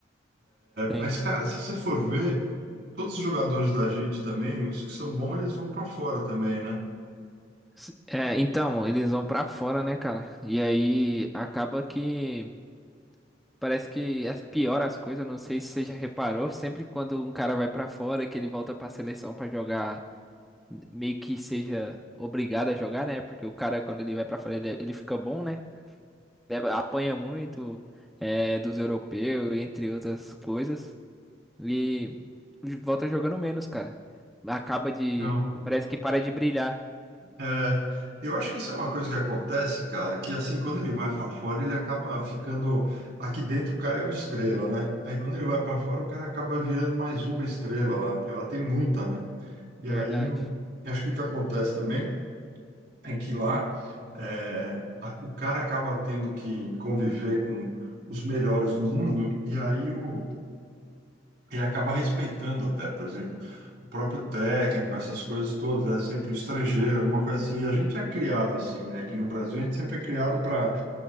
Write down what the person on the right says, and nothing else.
Mas, cara, se você for ver, todos os jogadores da gente também, os que são bons, eles vão para fora também, né?
Então,
É, eu acho que isso é uma coisa que acontece, cara, que assim, quando ele vai para fora, ele acaba ficando. Aqui dentro o cara é uma estrela, né? Aí quando ele vai para fora, o cara acaba virando mais uma estrela lá, porque lá tem muita, né? E
aí eu acho que o que acontece também é que lá é, a- o cara acaba tendo que conviver com os melhores do mundo, e aí o ele acaba respeitando até, por exemplo, o próprio técnico, essas coisas todas, é sempre o estrangeiro, alguma coisa assim. E a gente é criado assim, né? Aqui no Brasil a gente sempre é criado para